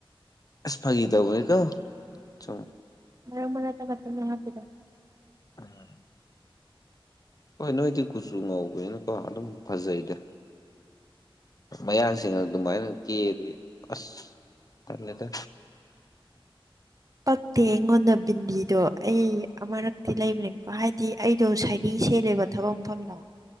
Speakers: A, on the left; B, on the right.
A: ꯑꯦꯁ ꯐꯥꯒꯤ ꯇꯧꯕꯅꯦꯀꯣ ꯁꯨꯝ
B: ꯃꯔꯛ ꯃꯔꯛꯇ ꯈꯛꯇꯅꯦ ꯍꯥꯄꯤꯗꯣ
A: ꯎꯝ ꯍꯣꯏ ꯅꯣꯏꯗꯤ ꯀꯨꯆꯨ ꯉꯧꯕꯅꯤꯅꯀꯣ ꯑꯗꯨꯝ ꯐꯖꯩꯗ ꯃꯌꯥꯡꯁꯤꯡ ꯑꯗꯨꯃꯥꯏꯅ ꯀꯦ ꯑꯗꯤ ꯑꯁ ꯇꯜꯂꯦꯗ
B: ꯄꯛꯇꯦ ꯑꯩꯉꯣꯟꯗ ꯕꯤꯟꯗꯤꯗꯣ ꯑꯩ ꯑꯃꯨꯔꯛꯇꯤ ꯂꯩꯕꯅꯤꯀꯣ ꯍꯥꯏꯗꯤ ꯑꯩꯗꯣ ꯁꯔꯤ ꯏꯁꯩ ꯂꯩꯕ ꯊꯕꯛ ꯃꯐꯝꯗ